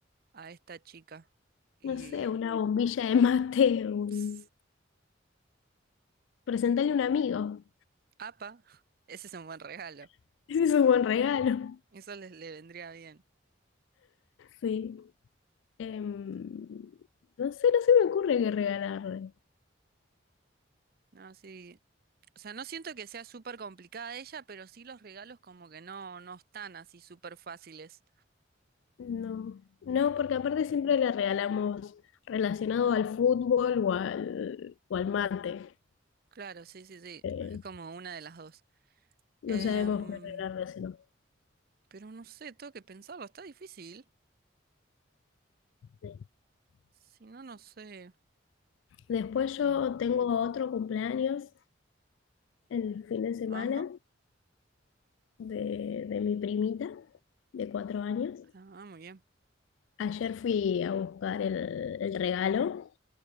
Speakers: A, on the right; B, on the left.
A: a esta chica. Y...
B: no sé, una bombilla de mate, un...
A: ps,
B: presentarle a un amigo.
A: Apa, <laughs> ese es un buen regalo.
B: <laughs> Ese es un buen regalo.
A: Eso les le vendría bien.
B: Sí. Em, no sé, no se me ocurre qué regalarle.
A: No, sí. O sea, no siento que sea súper complicada ella, pero sí los regalos como que no, no están así súper fáciles.
B: No, no, porque aparte siempre le regalamos relacionado al fútbol o al, o al mate.
A: Claro, sí, sí, sí.
B: Eh,
A: Es como una de las dos.
B: No
A: Em,
B: sabemos qué regalárselo.
A: Pero no sé, tengo que pensarlo, está difícil.
B: Sí.
A: Si no, no sé.
B: Después
A: Mm,
B: yo tengo otro cumpleaños el fin de semana
A: Ajá.
B: de, de mi primita de cuatro años.
A: Ah, muy bien.
B: Ayer fui a buscar el, el regalo,